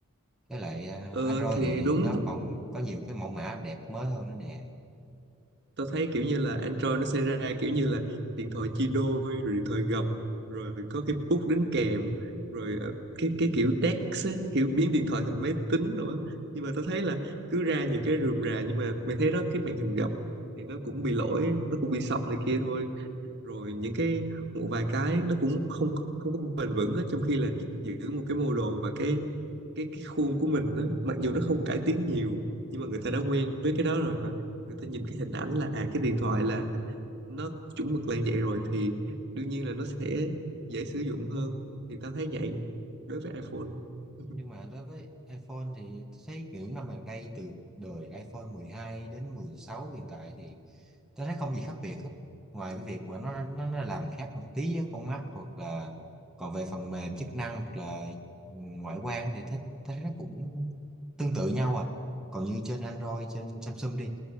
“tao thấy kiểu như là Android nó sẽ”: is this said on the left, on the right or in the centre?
Right